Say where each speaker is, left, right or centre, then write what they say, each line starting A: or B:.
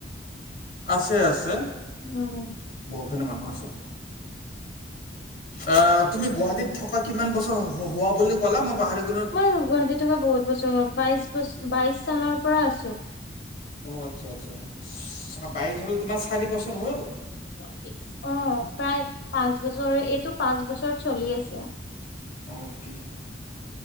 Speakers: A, on the left; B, on the left.
A: আছে। আছে।
B: উম
A: সেইপিনে মানুহ আছে। এ তুমি গুৱাহাটীত থকা কিমান বছৰ হোৱা বুলি ক'লা মই পাহৰি গ
B: মই গুৱাহাটীত থকা বহুত বছৰ হল। বাইশ বছৰ বাইশ চনৰ পৰা আছোঁ।
A: অ আচ্ছা। আচ্ছা। বাইশ হলে তোমাৰ চাৰি বছৰ হ'ল?
B: অ প্ৰায় পাঁচ বছৰে। এইটো পাঁচ বছৰত চলি আছে।
A: অ'কে।